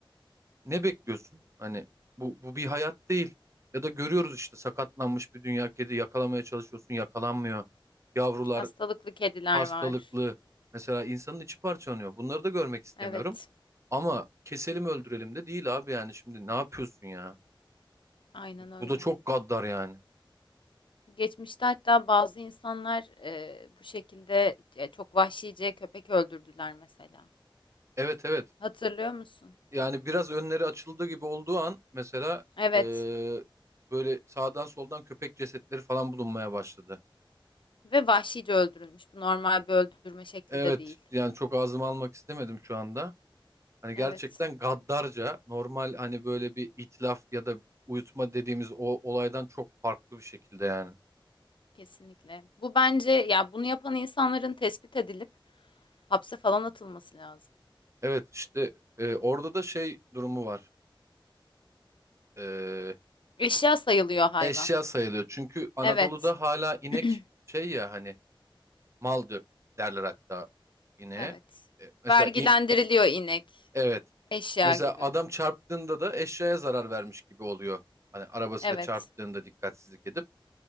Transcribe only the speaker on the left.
Hastalıklı kediler
var.
Evet.
Aynen öyle.
Geçmişte hatta bazı insanlar e, bu şekilde e, çok vahşice köpek öldürdüler mesela.
Hatırlıyor musun?
Evet.
Ve vahşice öldürülmüş. Bu normal bir öldürme şekli
de değil.
Evet,
kesinlikle. Bu bence ya bunu yapan insanların tespit edilip hapse falan atılması lazım.
Eşya sayılıyor hayvan.
Evet.
<clears throat>
Evet.
Vergilendiriliyor
inek.
Eşya
gibi.
Evet.